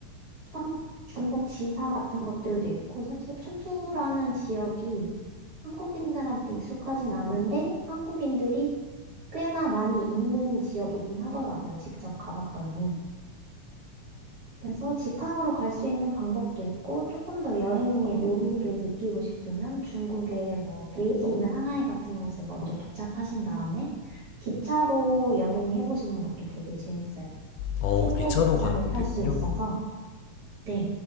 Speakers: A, on the right; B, on the left.
A: 청, 중국 지사 같은 것들도 있고, 사실 청두라는 지역이 한국인들한테 익숙하진 않은데, 한국인들이 꽤나 많이 있는 지역이긴 하더라고요. 직접 가봤더니. 그래서 직항으로 갈 수 있는 방법도 있고, 조금 더 여행의 묘미를 느끼고 싶으면 중국의 뭐 베이징이나 상하이 같은 곳에 먼저 도착하신 다음에 기차로 여행해 보시는 것도 되게 재밌어요.
B: 어,
A: 침대
B: 기차로
A: 기차를
B: 가는 것도
A: 탈
B: 있군요.
A: 수 있어서. 네,